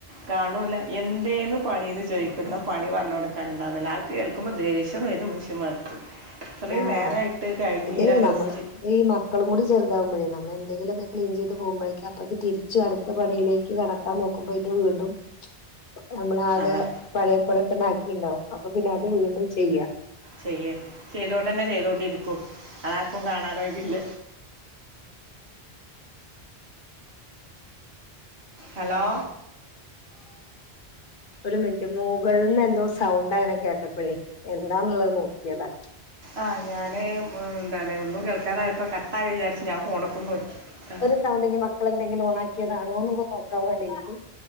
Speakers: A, on the right; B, on the left.
A: കാണൂല്ല. എന്തേന്ന് പണീന്ന് ചോദിക്കുമ്പോ പണി പറഞ്ഞു കൊടുക്കാനുണ്ട്. അതല്ലാ ആ കേൾക്കുമ്പോ ദേഷ്യം വെരും മനുഷ്യ നിർത്ത്. ഇത്രേം
B: ആ
A: നേരയായിട്ട് കഴിഞ്ഞില്ല.
B: എന്തേലും നമ്മൾ
A: റെസ്റ്റ്.
B: ഈ മക്കെളു കൂടി ചെറുതാവുമ്പേഴേ. നമ്മെള് എന്തെങ്കിലുക്കെ ക്ലീൻ ചെയ്ത് പോകുമ്പഴേക്ക് അപ്പേക്ക് തിരിച്ചാടും. ടെത്ത പണിയിലേക്ക് കെടക്കാൻ നോക്കുമ്പോ, ഇത് വീണ്ടും. നമ്മളാകെ
A: അതാണ്
B: പഴയ പോലെ തന്നെ ആക്കിയിണ്ടൊവും അപ്പൊ പിന്നെ അത് വീണ്ടും ചെയ്യാ.
A: ചെയ്യ്. ചെയ്തോണ്ട് തന്നെ ചെയ്തൊണ്ടിരിക്കും. അതാർക്കും കാണാനോയില്ല. ഹലോ
B: ആം ഒരു മിനിറ്റ് മൊകളിൽന്ന് എന്തോ സൗണ്ടാണ് അങ്ങനെ കേട്ടെത്. അപ്പഴേ എന്താന്നുള്ളേത് നോക്കിയതാ.
A: ആഹ് ഞാന് മ് എന്താണ് ഒന്നും കേൾക്കാതായപ്പോ കട്ട് ആ വിചാരിച്ചില്ല. ആഹ ഫോണേക്ക് ഒന്ന് നോക്ക്. ആഹ്.
B: സൗണ്ടിനി മക്കെള് എന്തെങ്കിലും ഓണാക്കിയതണോന്ന് നോക്കാൻ വേണ്ടിട്ട്.